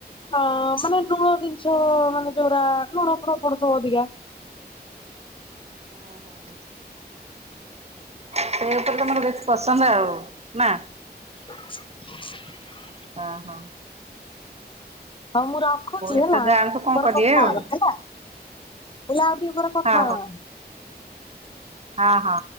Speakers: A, on the left; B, on the right.
A: ହଁ ମାନେ ଲୁଣ ଜିନିଷ ମାନେ ଯୋଉରା ଲୁଣ ଫୁଣ ପଡୁଥିବ ଅଧିକା।
B: ହୁଁ ହଁ। ସେଇତ ତମର ବେଶି ପସନ୍ଦ ଆଉ ନା।
A: <inaudible>
B: ହ ହଁ।
A: ହଉ ମୁଁ ରଖୁଛି ହେଲା
B: ଏଥର ଯାଆନ୍ତୁ କଣ
A: ପରେ
B: କରିବେ
A: କଥା
B: ଆଉ
A: ହେବା ହେଲା। ମୁଁ କଲି ଆଉ ଟିକେ ପରେ କଥା
B: ହଉ
A: ହେବା।
B: ହଁ ହଁ।